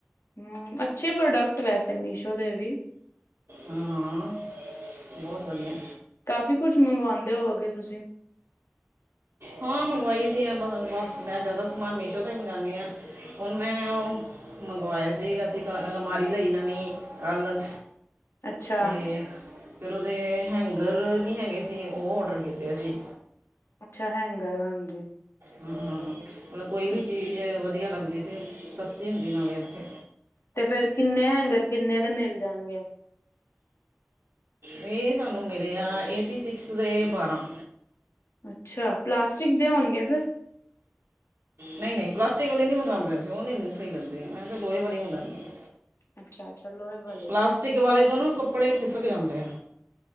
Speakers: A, on the left (about 70°); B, on the right (about 60°).
A: ਹਮ, ਅੱਛੇ ਪ੍ਰੋਡਕਟ? ਵੈਸੇ ਮੀਸ਼ੋ ਦੇ ਵੀ।
B: ਹਾਂ ਹਾਂ। ਬਹੁਤ ਵਧੀਆ।
A: ਕਾਫੀ ਕੁਛ ਮੰਗਵਾਦੇ ਹੋਵੋਗੇ ਤੁਸੀ?
B: ਹਾਂ ਮੰਗਵਾਈ ਦੀ ਆ ਬ ਬ ਮੈਂ ਜ਼ਿਆਦਾ ਸਮਾਨ ਮੀਸ਼ੋ ਤੋਂ ਹੀ ਮੰਗਵਣੀ ਆ। ਹੁਣ ਮੈਂ ਉਹ ਮੰਗਵਾਏ ਸੀ ਅਸੀਂ ਕ ਅਲਮਾਰੀ ਲਈ ਨਵੀਂ ਕੱਲ੍ਹ।
A: ਅੱਛਾ,
B: ਤੇ ਫਿਰ ਉਹਦੇ ਹੈਗਰ ਨੀ ਹੈਗੇ ਸੀ। ਉਹ ਓਡਰ ਕੀਤੇ ਸੀ।
A: ਅੱਛਾ। ਹੈਗਰ ਹਾਂਜੀ।
B: ਹਮ ਹਮ ਮਤਲਬ ਕੋਈ ਵੀ
A: ਹਮ,
B: ਚੀਜ਼ ਵਧੀਆ ਲੱਗਦੀ ਤੇ ਸਸਤੀ ਹੁੰਦੀ ਨਾਲੇ ਉੱਥੇ।
A: ਤੇ ਫਿਰ ਕਿੰਨੇ ਹੈਂਗਰ ਕਿੰਨੇ ਦੇ ਮਿਲ ਜਾਣਗੇ?
B: ਇਹ ਸਾਨੂੰ ਮਿਲੇ ਆ ਏਟੀ ਸਿਕਸ ਦੇ ਬਾਰਾਂ।
A: ਅੱਛਾ, ਪਲਾਸਟਿਕ ਦੇ ਹੋਣਗੇ ਫਿਰ।
B: ਨਹੀਂ- ਨਹੀਂ ਪਲਾਸਟਿਕ ਵਾਲੀ ਨਹੀ ਮੰਗਵਾਂਦੇ। ਉਹ ਉਹ ਨੀ ਮੈਨੂੰ ਸਹੀ ਲੱਗਦੀ ਮੈਂ ਤੇ ਲੋਹੇ ਵਾਲੀ ਮੰਗਣੀ ਆ।
A: ਅੱਛਾ-ਅੱਛਾ। ਲੋਹੇ ਵਾਲੇ।
B: ਪਲਾਸਟਿਕ
A: ਹੀ।
B: ਵਾਲੇ ਤੋਂ ਨਾ ਕੱਪੜੇ ਹੀ ਖਿਸਕ ਜਾਂਦੇ ਆ।